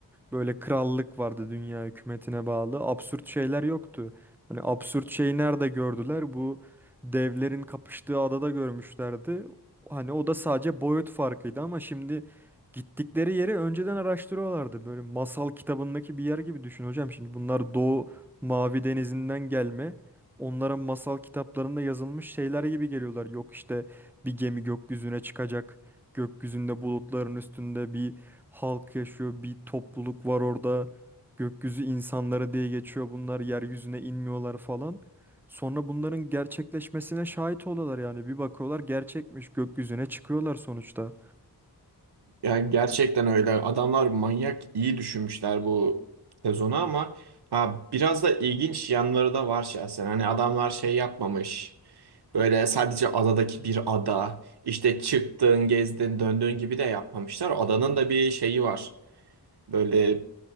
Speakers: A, in the centre; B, on the right.
A: Böyle krallık vardı dünya hükümetine bağlı. Absürt şeyler yoktu. Hani absürt şeyi nerede gördüler? Bu devlerin kapıştığı adada görmüşlerdi. Hani o da sadece boyut farkıydı ama şimdi gittikleri yeri önceden araştırıyorlardı. Böyle masal kitabındaki bir yer gibi düşün hocam. Şimdi bunlar Doğu Mavi Denizi'nden gelme. Onların masal kitaplarında yazılmış şeyler gibi geliyorlar. Yok işte bir gemi gökyüzüne çıkacak. Gökyüzünde bulutların üstünde bir halk yaşıyor, bir topluluk var orada. Gökyüzü insanları diye geçiyor bunlar, yeryüzüne inmiyorlar falan. Sonra bunların gerçekleşmesine şahit oluyorlar yani bir bakıyorlar gerçekmiş gökyüzüne çıkıyorlar sonuçta.
B: Yani gerçekten öyle. Adamlar manyak iyi düşünmüşler bu sezonu ama ha biraz da ilginç yanları da var şahsen. Hani adamlar şey yapmamış. Öyle sadece adadaki bir ada. işte çıktın, gezdin, döndüğün gibi de yapmamışlar. Adanın da bir şeyi var. Böyle